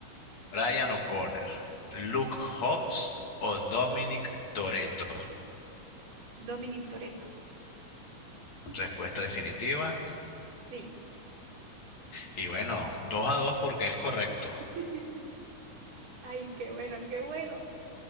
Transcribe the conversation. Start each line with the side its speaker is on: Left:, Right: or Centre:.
Left: Brian O'Connor, Luke Hobbs o Dominic Toretto.
Right: Dominic Toretto.
Left: Respuesta definitiva.
Right: Sí.
Left: Y bueno, 2 a 2 porque es correcto.
Right: <laughs> Ay, qué bueno, qué bueno.